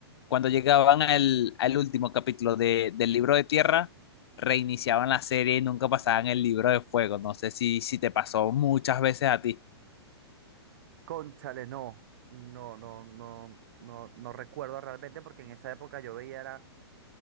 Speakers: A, on the left (about 65°); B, on the right (about 50°).
A: Cuando llegaban al, al último capítulo de, del libro de tierra, reiniciaban la serie y nunca pasaban el libro de fuego. No sé si, si te pasó muchas veces a ti.
B: Cónchale, no, no, no, no, no, no recuerdo realmente porque en esa época yo veía era